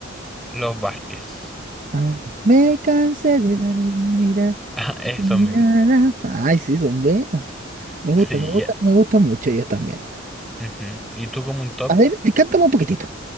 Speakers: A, in the centre; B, on the right.
A: los Vázquez. <laughs>
B: Ah, me cansé de dar mirar
A: Ah, Eso
B: a tu mirada.
A: mismo.
B: Ay, sí, son buenos. Me gusta,
A: Sí,
B: me gusta,
A: ya.
B: me gustan mucho ellos también.
A: Ujú. ¿Y tú como un top?
B: A ver, cántame un poquitito.